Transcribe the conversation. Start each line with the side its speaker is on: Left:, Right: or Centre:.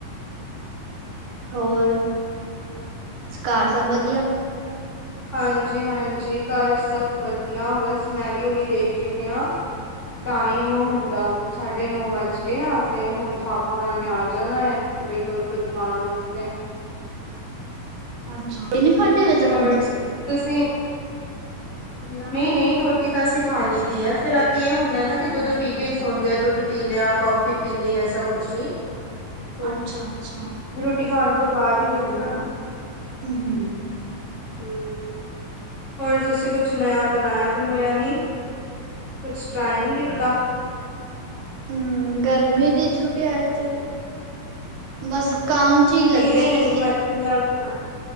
Right: ਹੋਰ ਘਾਰ ਸਭ ਵਧੀਆ
Left: ਹਾਂਜੀ-ਹਾਂਜੀ ਘਾਰ ਸਭ ਵਧੀਆ ਬਸ ਮੈਂ ਵੀ ਓਹੀ ਦੇਖੀ ਪਈ ਹਾਂ। ਟਾਈਮ ਹੁੰਦਾ ਸਾਢੇ ਨੌ ਵੱਜ ਗਿਆ, ਆ ਤੇ ਹੁਣ ਪਾਪਾ ਹੁਨਾਂ ਨੇ ਆ ਜਾਣਾ ਹੈ। ਬਈ ਦੁੱਧ-ਦੁੱਧ ਪਾਣ ਵਾਸਤੇ।
Right: ਅੱਛਾ, ਕਿੰਨ ਖਾਦੀ ਹਲੇ ਤੱਕ
Left: ਹੋਰ
Right: ਤੁਸੀਂ।
Left: ਤੁਸੀਂ? ਨਹੀਂ ਨਹੀਂ ਰੋਟੀ ਤਾਂ ਅਸੀਂ ਖਾ ਲਈ ਦੀ ਹੈ, ਫੇਰ ਰਾਤੀ ਇਹ ਹੁੰਦਾ ਨਾ ਕਿ ਦੁੱਧ ਪੀ ਕੇ ਹੀ ਸੌਦੇ ਆ ਦੁੱਧ ਪੀ ਲਿਆ ਕੌਫੀ ਪੀ ਲਈ, ਐਸਾ ਕੁਛ ਵੀ ਤੋ
Right: ਅੱਛਾ-ਅੱਛਾ।
Left: ਰੋਟੀ ਖਾਣ ਤੋਂ ਬਾਅਦ ਹੀ ਪਿਨੀ ਆ ਨਾ।
Right: ਹੂੰ,
Left: ਹੂੰ, ਹੋਰ ਤੁਸੀਂ ਕੁਛ ਨਯ ਬਣਾਇਆ ਬਣੂਇਆ ਨਹੀਂ ਕੁਛ ਟਰਾਈ ਨੀ ਕੀਤਾ।
Right: ਹੂੰ ਗਰਮੀ ਦੀ ਛੁੱਟੀਆਂ ਚ ਬਸ ਕੰਮ ਚ ਹੀ
Left: ਨਹੀਂ
Right: ਲੱਗੇ
Left: ਨਹੀਂ
Right: ਰਹੇ ਸੀ।
Left: <unintelligible>